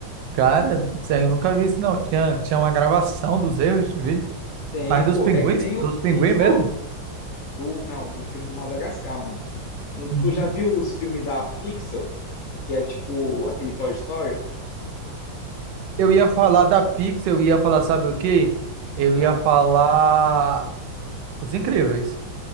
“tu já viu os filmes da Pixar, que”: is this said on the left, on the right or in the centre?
Left